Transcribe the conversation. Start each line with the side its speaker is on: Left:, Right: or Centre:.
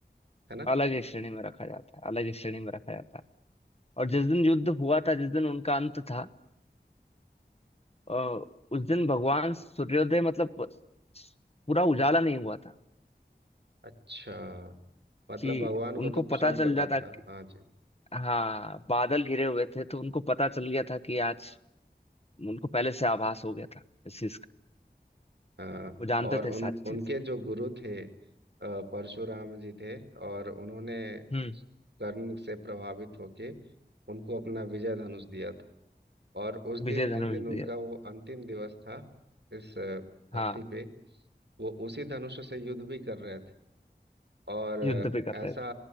Right: है ना
Left: अलग ही श्रेणी में रखा जाता है अलग ही श्रेणी में रखा जाता है और जिस दिन युद्ध हुआ था जिस दिन उनका अंत था अ, उस दिन भगवान सूर्योदय मतलब पूरा उजाला नहीं हुआ था
Right: अच्छा मतलब
Left: कि
Right: भगवान
Left: उनको
Right: को तो स्वयं
Left: पता चल
Right: पता
Left: जाता
Right: था
Left: कि
Right: हाँ जी
Left: हाँ बादल घिरे हुए थे तो उनको पता चल गया था कि आज उनको पहले से आभास हो गया था इस चीज का
Right: हाँ
Left: वो जानते
Right: और
Left: थे
Right: उन
Left: सारी चीजें
Right: उनके जो गुरु थे अ, परशुराम जी थे और उन्होंने
Left: हम्म
Right: कर्ण से प्रभावित होके उनको अपना विजय धनुष दिया था और उस
Left: विजय
Right: दिन
Left: धनुष
Right: जिस दिन
Left: दिए
Right: उनका वो अंतिम दिवस था इस अ, धरती
Left: हाँ
Right: पे वो उसी धनुष से युद्ध भी कर रहे थे और
Left: युद्ध पे कर
Right: ऐसा
Left: रहे थे